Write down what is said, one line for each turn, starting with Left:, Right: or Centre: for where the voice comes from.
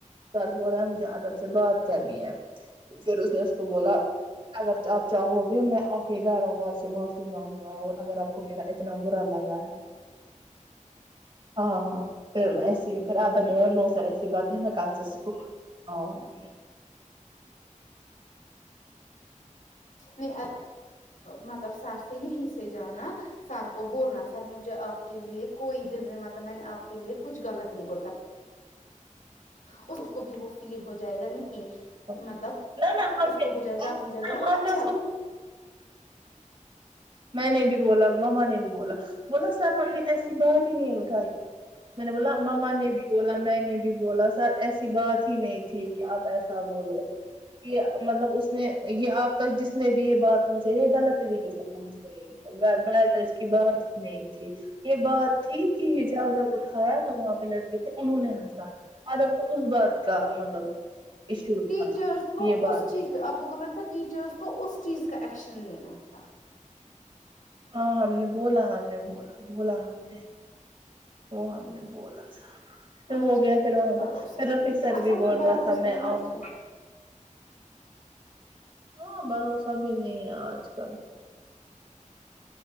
Right: سر بول رہے ہے مجھے ادب سے بات کرنی ہے پھر اس کو بولا اگر آپ چاہو گے میں گا ہوںا آپ سے ماف جی اور اگر آپ کو میرا اتنا برا لگا ہے ہاں ہاں پھر سھر آدا نو نو سارے بت یہ میں کل سے اسکول آؤں گی
Left: نہیں ماب سارس یہیں سے جانا سار کو بولنا سر مجھے آپ کے لیے کوئی دل میں مت میں نے آپ کے لیے کچھ غط نہیں بولتا اور اس کو بھی وہ فیل ہو جائے گا نہیں
Right: ہوں
Left: مطلب
Right: نہ نہ ہم
Left: اس
Right: نے
Left: کو ہو جائے گا اپنی جگہ وہ
Right: ہم نے
Left: اچا
Right: میں نہیں بھی بولا ماما نے بھی بولا بولا سر ہم نے ایسی بات ہی نہیں ا م نے بولا مما نے بھی بولا میں نے بھی بولا سر ایسی بات ہی نہیں تھی کہ اب ایسا بولو یہ مطلب اس نے یہ آپ تک جس نے بھی یہ بات پہنچائی یہ غلط طریقے سے پہنچ گئی بڑا ٹچ کی بات ہی نہیں تھی یہ بات تھی کہ حجاب جب اٹھایا تو وہاں پہ لڑکے تھے انہوں نے ہنسا ادب کو اس بات کا مطلب ایشو
Left: ٹیچرس
Right: تھا
Left: کو
Right: یہ بات
Left: اس چیز
Right: نہیں تھی
Left: پہ آپ کو بولانا ن تھا ٹیچر ر کو اس چیز کا ایکشن لینا تھا
Right: ہاں ہم نے بولا ہم نے بولا بولا ہم نے وہ ہم نے بولا پھر
Left: آج
Right: ہوگیا
Left: کل
Right: پھر
Left: لیکن
Right: وہاں
Left: بھروسہ
Right: پہ پھر
Left: ہی
Right: رفق
Left: نہیں
Right: سر
Left: ہے اصل
Right: بھی
Left: میں
Right: بول
Left: بھروسہ
Right: رہا تھا میں
Left: مت
Right: آؤں
Left: ہے
Right: ہاں بھروسہ بھی نہیں ہے آج کل